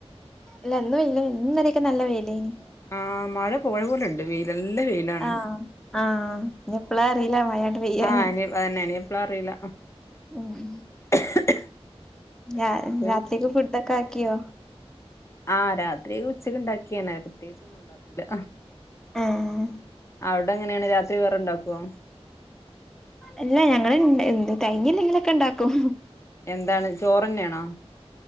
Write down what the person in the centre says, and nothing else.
ഇല്ല ഇന്നു ഇന്നലെക്കെ നല്ല വെയിലെനി
ആഹ് ആഹ് ഇനി എപ്പളാ അറിയില്ല മഴാണ്ട് പെയ്യാന്
മ്
ര രാത്രിക്ക് ഫുഡൊക്കെ ആക്കിയോ
മ്
അല്ല ഞങ്ങള് തെകഞ്ഞ് ല്ലെങ്കിലൊക്കെ ണ്ടാക്കും